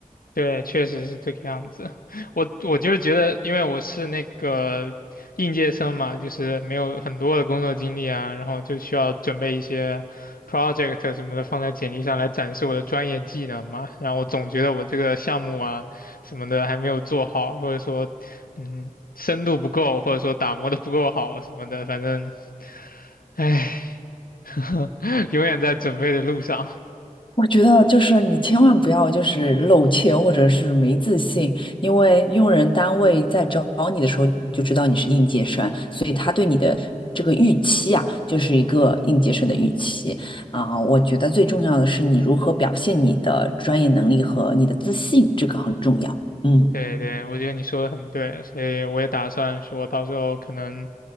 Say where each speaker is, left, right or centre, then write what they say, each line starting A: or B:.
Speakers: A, on the left (about 85°); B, on the left (about 35°).
A: 对，确实是这个样子。<laughs> 我我就是觉得，因为我是那个应届生嘛，就是没有很多的工作经历啊，然后就需要准备一些 project 什么的放在简历上来展示我的专业技能嘛。然后我总觉得我这个项目啊什么的还没有做好，或者说嗯深度不够，或者说打磨的不够好什么的，反正唉，<laughs> 永远在准备的路上。
B: 我觉得就是你千万不要就是露怯或者是没自信，因为用人单位在招你的时候就知道你是应届生，所以他对你的这个预期啊，就是一个应届生的预期啊。我觉得最重要的是你如何表现你的专业能力和你的自信，这个很重要。嗯。
A: 对对，我觉得你说的很对，所以我也打算说到时候可能